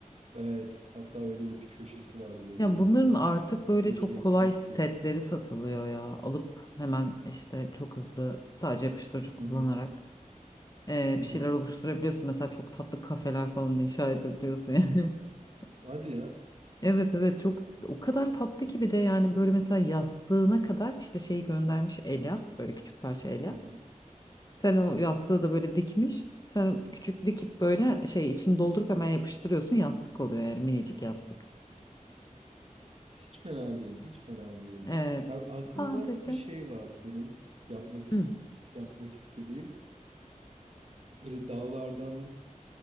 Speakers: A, on the right; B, on the left.
A: evet, hatta öyle de bir köşesi vardı böyle
B: Ya
A: evinde.
B: bunların artık
A: Epey
B: böyle çok
A: keyifli
B: kolay
A: gözüküyor.
B: setleri satılıyor ya. Alıp hemen işte çok hızlı sadece yapıştırıcı kullanarak
A: Hı hı,
B: e,
A: hı
B: bir
A: hı.
B: şeyler oluşturabiliyorsun. Mesela çok tatlı kafeler falan inşa edebiliyorsun yani. <laughs>
A: Hadi ya.
B: Evet evet çok o kadar tatlı ki bir de yani böyle mesela yastığına kadar işte şey göndermiş elyaf böyle küçük parça elyaf.
A: Aha.
B: Sen o yastığı da böyle dikmiş. Sen küçük dikip böyle şey içini doldurup hemen yapıştırıyorsun yastık oluyor yani minicik yastık.
A: Hiç fena değil, hiç fena değil.
B: Evet.
A: Ya aklımda
B: Sadece.
A: bir şey vardı benim yapmak ist
B: Hı
A: yapmak istediğim. Böyle dağlardan